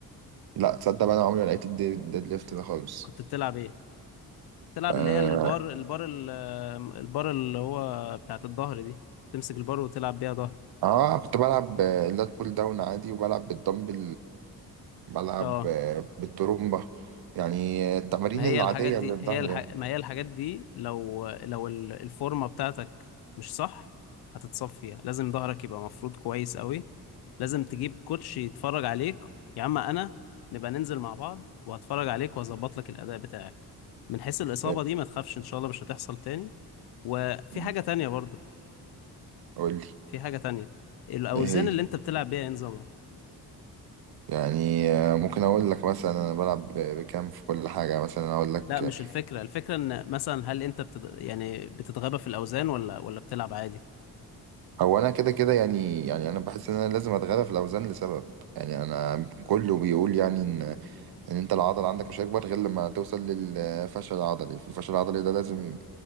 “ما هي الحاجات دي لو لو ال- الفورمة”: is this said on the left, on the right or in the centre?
Left